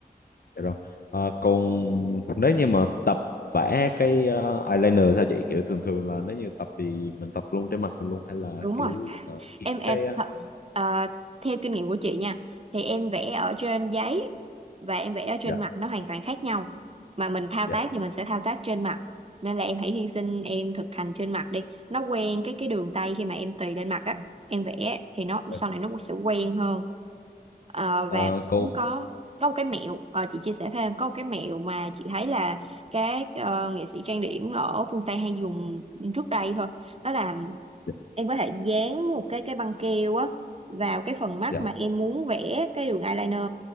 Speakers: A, on the left; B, on the right.
A: dạ rồi Ờ, còn nếu như mà tập vẽ cái ờ, eyeliner sao chị kiểu thường thường là nếu như tập thì mình tập luôn trên mặt mình luôn hay là
B: đúng
A: kiểu
B: rồi
A: là kiếm
B: em em
A: cái ờ,
B: th- à, theo kinh nghiệm của chị nha thì em vẽ ở trên giấy và em vẽ ở trên
A: dạ
B: mặt nó hoàn toàn khác nhau mà mình thao
A: dạ
B: tác thì mình sẽ thao tác trên mặt nên là em hãy hy sinh em thực hành trên mặt đi nó quen cái cái đường tay khi mà em tì lên mặt á em vẽ thì nó
A: ừ.
B: sau này nó cũng sẽ quen hơn Ờ,
A: ờ,
B: và
A: còn
B: cũng có có một cái mẹo ờ, chị chia sẻ thêm có một cái mẹo mà chị thấy là các ờ, nghệ sĩ trang điểm ở phương Tây hay dùng trước đây thôi đó là
A: dạ
B: em có thể dán một cái cái băng keo á vào cái phần mắt
A: dạ
B: mà em muốn vẽ cái đường eyeliner